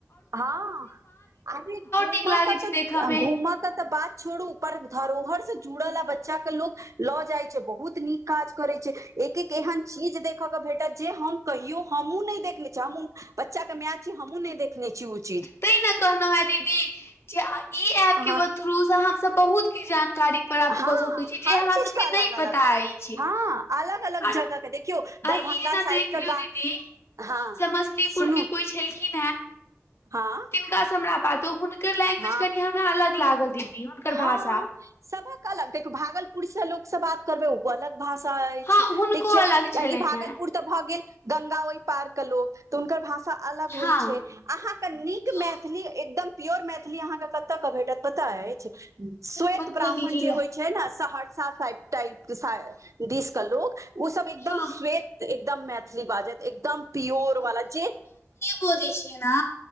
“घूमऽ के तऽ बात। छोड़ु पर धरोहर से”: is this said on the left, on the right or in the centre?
Right